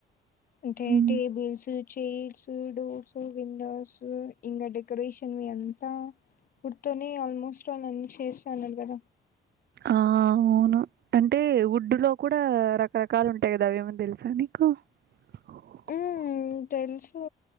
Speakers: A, on the left (about 45°); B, on the right (about 55°).
A: ఇంటే
B: మ్మ్
A: టేబల్స్ చైర్స్ డోర్స్ విండోస్ ఇంకా డెకరేషన్ ఎంత పుర్తోని ఆల్మోస్ట్ వాళ్ళన్ని చేశానుక్కడ
B: ఆ అవును అంటే వడ్డు లో కూడా రకరకాలు ఉంటాయి కదావి ఏమన్నా తెలుసా నీకు <unintelligible>
A: మ్మ్ తెలుసు